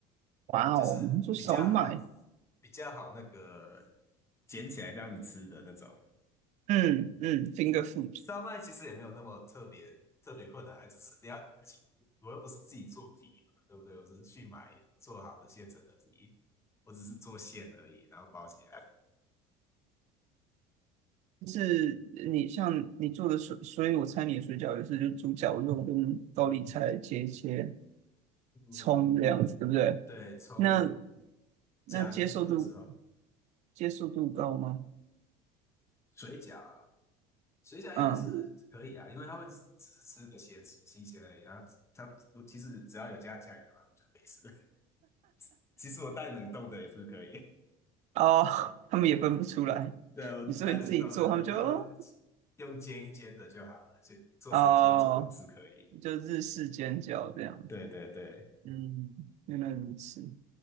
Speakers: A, on the right (about 50°); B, on the left (about 20°).
A: 哇哦，
B: 就是比较好
A: 你说手买，
B: 比较好那个捡起来这样子吃的那种。
A: 嗯嗯，finger food
B: 烧麦其实也没有那么特别特别困难啊，只是你要我又不是自己做皮嘛，对不对？我只是去买做好的现成的皮，我只是做馅而已，然后包起来。
A: 是你像你做的水，所以我猜你的水饺也是就猪脚肉跟高丽菜切一切，
B: 嗯嗯，
A: 葱这样子，对不对？
B: 对，葱
A: 那那接受度
B: 姜有的时候
A: 接受度高吗？
B: 水饺啊。水饺应该是可以啊，
A: 嗯，
B: 因为他们只是吃个咸新鲜而已然啊。它其实只要有加酱油啊，就可以吃。<laughs> 其实我蛋冷冻的也是可以，
A: 哦，他们也分不出来。
B: 对，我蛋冷冻的，
A: 你说你自己做，
B: 然后然后
A: 他们就哦，
B: 用煎一煎的就好了，就做成煎饺也是可以。
A: 哦就日式煎饺这样子。
B: 对对对，
A: 嗯，原来如此。